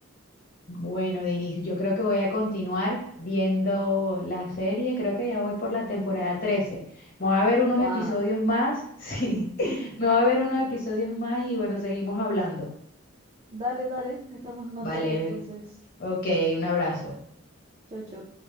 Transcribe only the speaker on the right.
Wow.
Dale, dale. Estamos en contacto
entonces.
Chau, chau.